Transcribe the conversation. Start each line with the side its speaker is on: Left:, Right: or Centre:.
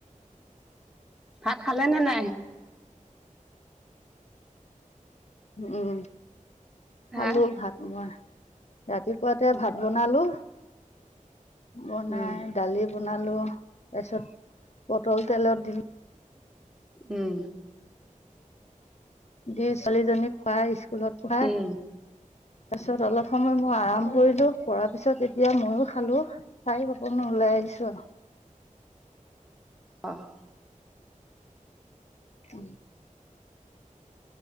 Centre: ভাহ খালে নে নাই
Left: উম
Centre: হা
Left: আালো ভাত মই ৰাতিপুৱাতে
Centre: অ',
Left: ভাত বনালো বনাই
Centre: উম,
Left: দালি বনালো তাৰপিছত পটল তেলত দিলো
Centre: উম
Left: দুই ছোৱালীজনীক পায় স্কুলত পঢ়ায়
Centre: উম,
Left: তাৰ পিছত অলপ সময় মই আৰাম কৰিলো কৰ পিছত এতিয়া ময়ো খালো খাই পপনো ওলাই আহিছো পিছ
Centre: আহ
Left: উম